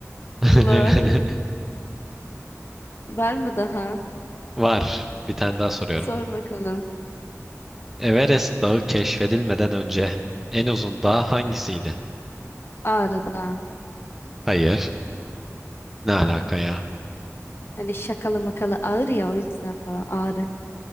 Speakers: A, in the centre; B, on the left.
A: <laughs>
B: Allah'ım. Var mı daha?
A: Var. Bir tane daha soruyorum.
B: Sor bakalım.
A: Everest Dağı keşfedilmeden önce en uzun dağ
B: Hı.
A: hangisiydi?
B: Ağrı'da.
A: Hayır. Ne alaka ya?
B: Hani şakalı makalı ağır ya o yüzden falan ağrı.